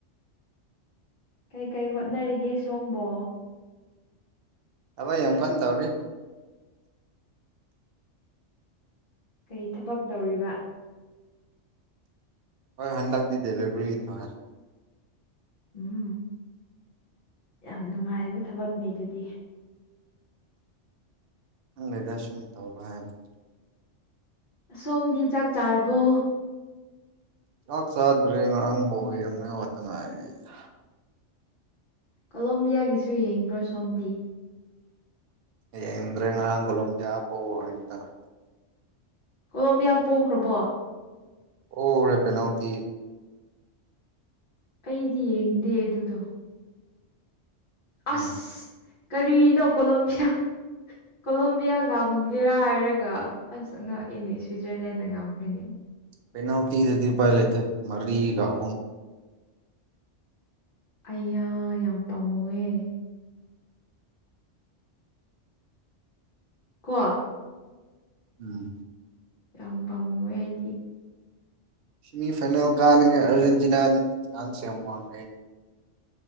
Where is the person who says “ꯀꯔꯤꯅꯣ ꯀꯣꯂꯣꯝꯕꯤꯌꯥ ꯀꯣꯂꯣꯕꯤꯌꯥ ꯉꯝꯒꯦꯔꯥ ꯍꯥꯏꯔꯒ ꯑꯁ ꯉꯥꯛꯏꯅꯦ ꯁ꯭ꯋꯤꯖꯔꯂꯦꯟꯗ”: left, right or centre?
Left